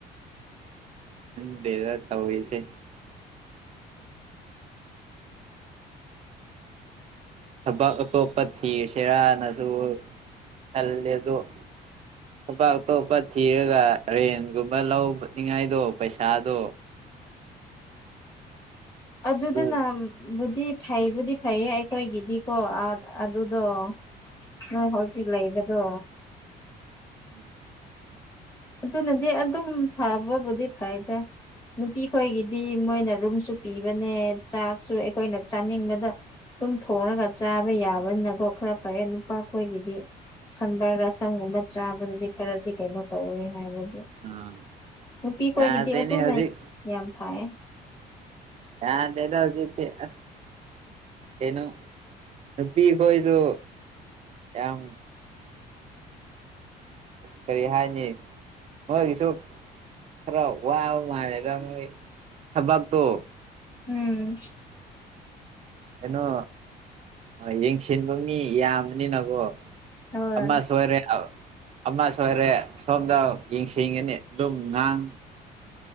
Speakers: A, on the right (about 40°); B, on the left (about 20°).
A: ꯈꯪꯗ‌ꯦꯗ ꯇꯧꯔꯤꯁꯦ ꯊꯕꯛ ꯑꯇꯣꯞꯄ ꯊꯤꯔꯁꯤꯔꯅꯁꯨ ꯈꯜꯂꯦ ꯑꯗꯣ ꯊꯥꯕꯛ ꯑꯇꯣꯞꯄ ꯊꯤꯔꯒ ꯔꯦꯟꯒꯨꯝꯕ ꯂꯧꯅꯤꯡꯉꯥꯏꯗꯣ ꯄꯩꯁꯥꯗꯣ
B: ꯑꯗꯨꯗꯨꯅꯕꯨꯗꯤ
A: ꯑꯗꯨ
B: ꯐꯩꯕꯨꯗꯤ ꯐꯩꯌꯦ ꯑꯩꯈꯣꯏꯒꯤꯗꯤꯀꯣ ꯑꯗꯨꯗꯣ ꯅꯣꯢ ꯍꯧꯖꯤꯛ ꯂꯩꯕꯗꯣ
A: ꯎꯝ
B: ꯑꯗꯨꯅꯗꯤ ꯑꯗꯨꯝ ꯐꯕꯕꯨꯗꯤ ꯐꯩꯗ ꯅꯨꯄꯤ ꯈꯣꯏꯒꯤꯗꯤ ꯃꯣꯏꯅ ꯔꯨꯝꯁꯨ ꯄꯤꯕꯅꯦ ꯆꯥꯛꯁꯨ ꯑꯩꯈꯣꯏꯅ ꯆꯥꯅꯤꯡꯕꯗ ꯑꯗꯨꯝ ꯊꯣꯡꯉꯒ ꯆꯥꯕ ꯌꯥꯕꯅꯤꯅꯀꯣ ꯈꯔ ꯐꯔꯦ ꯅꯨꯄꯥꯈꯣꯏꯒꯤꯗꯤ ꯁꯝꯕꯔ ꯔꯁꯪꯒꯨꯝꯕ ꯆꯥꯕꯗꯗꯤ ꯈꯔꯗꯤ ꯀꯩꯅꯣ ꯇꯧꯋꯦ ꯍꯥꯏꯕꯒꯣ
A: ꯑꯥ
B: ꯅꯨꯄꯤꯈꯣꯏꯒꯤꯗꯤ
A: ꯌꯥꯗ꯭ꯔꯦꯅꯦ
B: ꯑꯗꯨ
A: ꯍꯧꯖꯤꯛ
B: ꯂꯩꯇꯦ ꯌꯥꯝ ꯐꯥꯏꯌꯦ
A: ꯌꯥꯗ‌ꯦꯗ ꯍꯧꯖꯤꯛꯇꯤ ꯑꯁ ꯀꯩꯅꫭ ꯅꯨꯄꯤꯈꫭꯏꯁꯨ ꯌꯥꯝ ꯀꯔꯤ ꯍꯥꯏꯅꯤ ꯃꯣꯏꯒꯤꯁꯨ ꯈꯔ ꯋꯥꯕ ꯃꯥꯜꯂꯦ ꯃꯣꯏ ꯊꯕꯛꯇꯣ
B: ꯎꯝ
A: ꯀꯩꯅꯣ ꯌꯦꯡꯁꯤꯟꯕ ꯃꯤ ꯌꯥꯝꯕꯅꯤꯅꯀꯣ
B: ꯍꯣꯏ
A: ꯑꯃ ꯁꯣꯏꯔꯦ ꯑꯃ ꯑꯃ ꯁꯣꯏꯔꯦ ꯁꯣꯝꯗ ꯌꯦꯡꯁꯤꯡꯒꯅꯤ ꯑꯗꯨꯝ ꯉꯥꯡ